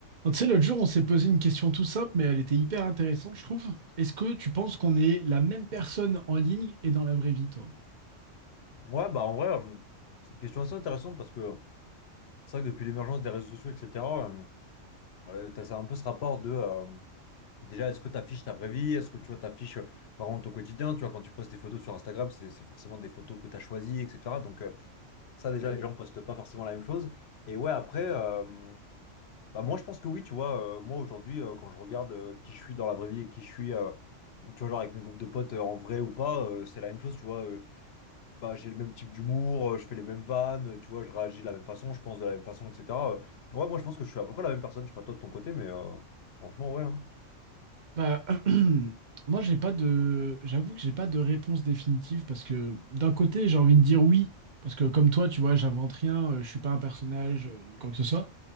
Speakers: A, on the right; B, on the left.
A: Tu sais, l'autre jour, on s'est posé une question tout simple, mais elle était hyper intéressante, je trouve. Est-ce que tu penses qu'on est la même personne en ligne et dans la vraie vie, toi?
B: Ouais, bah en vrai, euh, c'est une question assez intéressante parce que euh, c'est vrai que depuis l'émergence des réseaux sociaux, etc., euh, euh, ouais, t'as ça, un peu ce rapport de euh, déjà, est-ce que tu affiches ta vraie vie? Est-ce que tu vois, t'affiches euh, vraiment ton quotidien? Tu vois, quand tu postes des photos sur Instagram, c'est c'est forcément des photos que tu as choisies, etc. Donc, euh, ça, déjà, les gens postent pas forcément la même chose. Et ouais, après, euh, bah, moi, je pense que oui, tu vois, euh, moi aujourd'hui, euh, quand je regarde euh, qui je suis dans la vraie vie et qui je suis, euh, tu vois, genre avec mes groupes de potes euh, en vrai ou pas, euh, c'est la même chose, tu vois. euh, bah, j'ai le même type d'humour, euh, je fais les mêmes vannes, euh, tu vois, je réagis de la même façon, je pense de la même façon, etc. Euh, ouais, moi je pense que je suis à peu près la même personne, je sais pas toi de ton côté, mais euh, franchement, ouais. hein.
A: Bah, <clears throat> moi, j'ai pas de, j'avoue que j'ai pas de réponse définitive parce que d'un côté, j'ai envie de dire oui, parce que comme toi, tu vois, j'invente rien, euh, je suis pas un personnage, euh, ni quoi que ce soit.